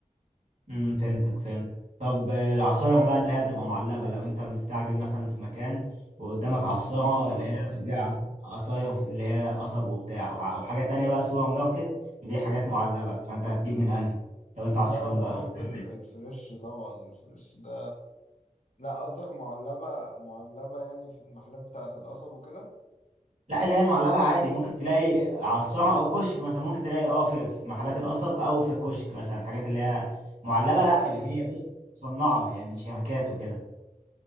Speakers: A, on the right; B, on the left.
A: امم فهمتك فهمت طب العصاير بقى اللي هي بتبقى معلبة لو انت مستعجل مثلا في مكان وقدامك عصارة
B: ب- بشربها
A: اللي هي بتبيع
B: يعني
A: عصاير في- اللي هي قصب وبتاع وح- او حاجة تانية بقى سوبر ماركت بيبيع حاجات معلبة فانت هتجيب من انهي لو انت عطشان
B: لا انا
A: بقى
B: بحب
A: وبتاع
B: ال- الفريش طبعا الفريش ده لا قصدك معلبه معلبه يعني في المحلات بتاعه القصب وكده
A: لا اللي هي المعلبة عادي ممكن تلاقي عصارة او كشك مثلا ممكن تلاقي اه في في محلات القصب او في الكشك مثلا الحاجات اللي هي معلبة
B: لا
A: لا اللي
B: يعني
A: هي بص مصنعة يعني من شركات وكده